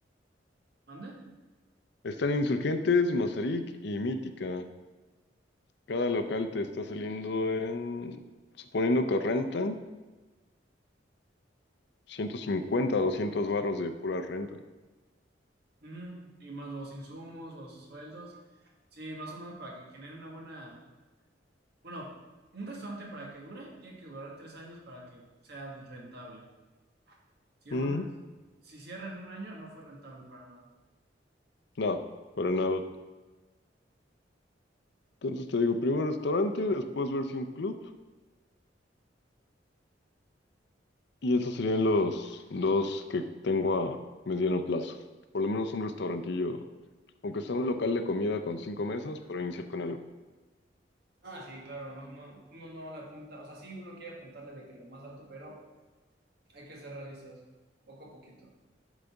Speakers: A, on the right (about 60°); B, on the left (about 65°).
A: ¿Mande?
B: <laughs> Están en Insurgentes, Mazarik y Mítica. Cada local te está saliendo en... Suponiendo que rentan, 150, 200 barros de pura renta.
A: Ujú, Y más los insumos, los sueldos. Sí, más o menos para que genere una buena... Bueno, un restaurante para que dure, tiene que durar tres años para que sea rentable. Si, un-
B: Mm,
A: si cierra en un año, no fue rentable para nada.
B: no, para nada. Entonces te digo, primero restaurante, después ver si un club. Y esos serían los dos que tengo a mediano plazo. Por lo menos un restaurantillo, aunque sea un local de comida con cinco mesas, para iniciar con algo.
A: Ah, sí, claro, no, no, uno no le apunta, o sea, sí, uno quiere apuntarle de que lo más alto, pero hay que ser realistas, poco a poquito.